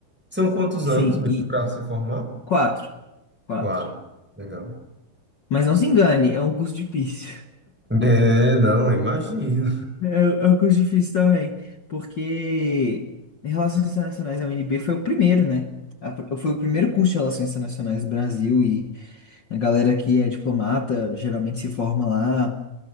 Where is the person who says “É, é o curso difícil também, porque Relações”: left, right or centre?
Left